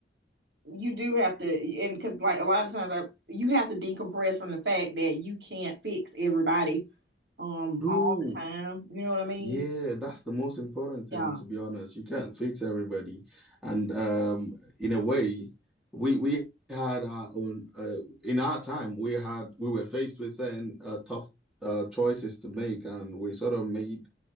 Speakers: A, on the right; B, in the centre.
A: You do have to, and because like a lot of times, I, you have to decompress from the fact that you can't fix everybody um
B: True.
A: all the time. You know what I mean?
B: Yeah, that's the most important thing,
A: Yeah.
B: to be honest. You can't fix everybody. And um, in a way, we we had our own uh, in our time, we had we were faced with certain uh, tough uh, choices to make, and we sort of made